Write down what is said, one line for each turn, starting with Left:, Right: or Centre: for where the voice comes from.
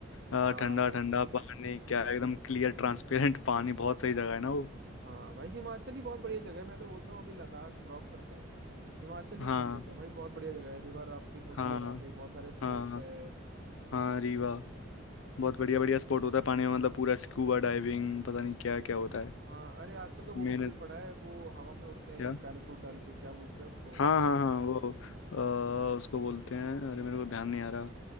Left: अ,
Right: हाँ
Left: ठंडा ठंडा पानी क्या एकदम क्लियर ट्रांसपेरेंट पानी बहुत सही जगह है ना वो
Right: हाँ भाई हिमाचल ही बहुत बढ़िया जगह है मैं तो बोलता हूँ अभी लद्दाख ड्रॉप करते हैं हिमाचल
Left: हाँ
Right: ही घूम लेते हैं भाई बहुत बढ़िया जगह है रिवर राफ्टिंग होती
Left: हाँ
Right: है वहाँ पे बहुत सारे स्पोर्ट्स
Left: हाँ
Right: है
Left: हाँ रीवा बहुत बढ़िया बढ़िया स्पॉट होता है पानी में मतलब पूरा स्कूबा डाइविंग पता नहीं क्या क्या होता है
Right: हाँ अरे आजकल तो वो
Left: मेहनत
Right: भी चल पड़ा है वो हवा में उड़ते
Left: क्या
Right: हैं पैराशूट डाल के क्या बोलते हैं उसको
Left: हाँ हाँ हाँ वो अ, उसको बोलते हैं अरे मेरे को ध्यान नहीं आ रहा